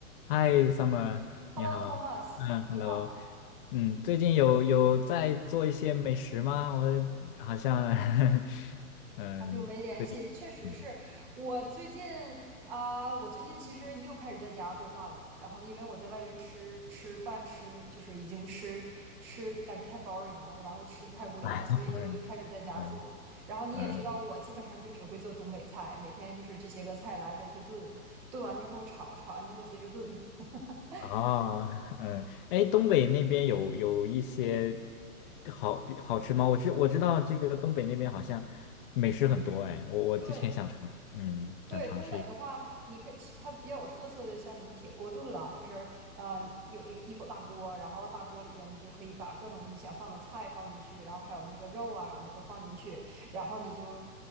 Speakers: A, on the left; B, in the centre.
A: 嗨，Summer，你好。
B: Hello, Thomas，
A: 嗯，Hello。
B: 你好，
A: 嗯，最近有有在做一些美食吗？我好像，<laughs> 嗯，
B: 好久没联系，
A: 最近，
B: 确实是我最近
A: 嗯，
B: 啊、我最近其实又开始在家做饭了。然后因为我在外边吃吃饭吃，就是已经吃吃，感觉太 boring 了，然后吃的太无聊，
A: 哎，
B: 所以就开始在家做。
A: 好远嗯
B: 然后你也知道，
A: 嗯，
B: 我基本上就只会做东北菜，每天就是这些个菜来来去炖，炖完之后炒，炒完之后接着炖。<laughs>
A: 哦，嗯，哎，东北那边有有一些
B: 对
A: 好好吃吗？我知我知道这个东北那边好像美食很多，哎，我我之前想尝，
B: 对，
A: 嗯，
B: 对，
A: 想尝试一，
B: 东北的话，你可以吃它比较有特色的，像什么铁锅炖啦，就是呃，你有一个一口大锅，然后大锅里边你就可以把各种你想放的菜放进去，然后还有那个肉啊什么的都放进去，然后你就